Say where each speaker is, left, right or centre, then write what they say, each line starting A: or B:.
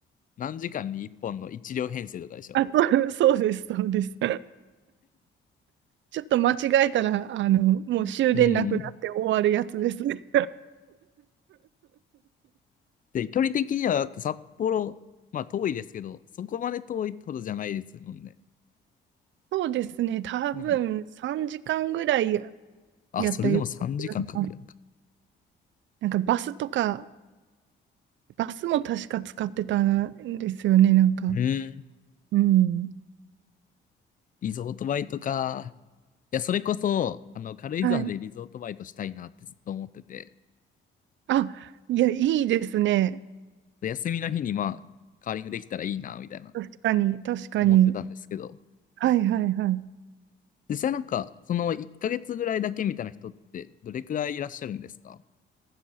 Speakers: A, on the left; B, on the right.
A: 何時間に1本の1両編成とかでしょ。
B: あ、そう、そうです、そうです。ちょっと間違えたら、あの、もう終電なくなって終わるやつですね。
A: うん。で、距離的にはだって札幌、まあ遠いですけど、そこまで遠いってほどじゃないですもんね。
B: そうですね、多分3時間ぐらい
A: うん。あ、
B: やったような気がします。
A: それでも3時間かんかかるのか。
B: なんかバスとか、バスも確か使ってたんですよね、なんか。
A: うーん。
B: うん。
A: リゾートバイトか。いや、それこそ、あの、軽井沢でリゾートバイトしたいなってずっと思ってて、
B: はい。あ、いや、いいですね。
A: で休みの日にまあ、カーリングできたらいいな、みたいな、
B: 確かに、確かに。
A: 思ってたんですけど、
B: はいはいはい。
A: 実際なんか、その1ヶ月ぐらいだけみたいな人って、どれくらいいらっしゃるんですか